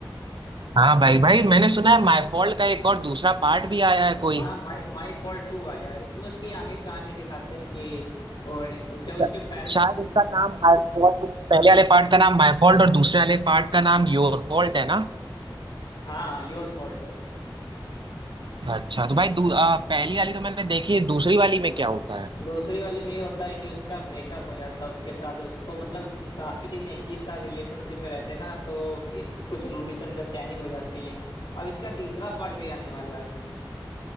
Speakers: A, on the right; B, on the left.
A: हाँ भाई भाई मैंने सुना है माय फॉल्ट का एक और दूसरा पार्ट भी आया है कोई
B: हाँ माई माई फॉल्ट टू आया है उसमें उसकी आगे कहानी दिखाते हैं कि वो जब उसके
A: शा-
B: पेरेंट्स
A: शायद इसका नाम माय फॉल्ट पहले वाले पार्ट का नाम माय फॉल्ट और दूसरे वाले पार्ट का नाम योर फॉल्ट है ना
B: हाँ योर फॉल्ट
A: अच्छा तो भाई दू- आ, पहली वाली तो मैंने देखी है, दूसरी वाली में क्या होता है
B: दूसरी वाली में ये होता है कि उसका ब्रेकअप हो जाता है उसके साथ उसको मतलब काफी दिन एक ही साथ रिलेशनशिप में रहते ना तो इ- कुछ मिसअंडरस्टैंडिंग हो जाती है अब इसका तीसरा पार्ट भी आने वाला है